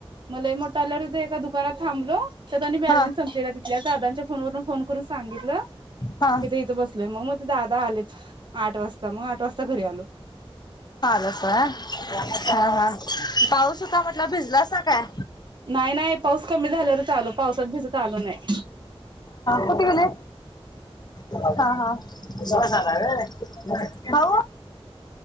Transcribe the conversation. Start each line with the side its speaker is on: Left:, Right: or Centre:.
Right: म लई मोठा आल्यावर एका दुका दुकानात थांबलो तर त्यात आणि बॅलन्स
Left: हा
Right: संपलेला तिथल्या दादांच्या फोनवरून फोन करून सांगितल.
Left: हा
Right: इथं इथं बसलय मग मग ते दादा आलेत आठ वाजता मग आठ वाजता घरी आलो.
Left: आलासा व्हय हा हा पाऊस होता म्हटला भिजलासा काय.
Right: नाही नाही पाऊस कमी झाल्यावरच आलो पावसात भिजत आलो नाही.
Left: कुठं गेले हा हा झालाय व्हय भाऊ.